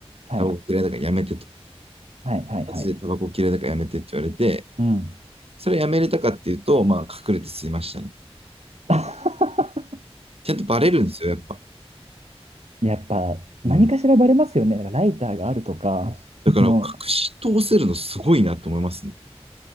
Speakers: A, on the right (about 80°); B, on the right (about 65°).
A: はい。
B: タバコ嫌いだからやめてと、
A: はい、はい、
B: マジでタバコ嫌いだからやめてって言われて、
A: はい。うん。
B: それやめれたかっていうと、まあ、隠れて吸いましたね。
A: <laughs>
B: ちゃんとバレるんですよ、やっぱ。
A: やっぱ、何かしらバレますよね。
B: うん。
A: だからライターがあるとか、
B: だから、
A: <laughs> あの、
B: 隠し通せるのすごいなと思いますね。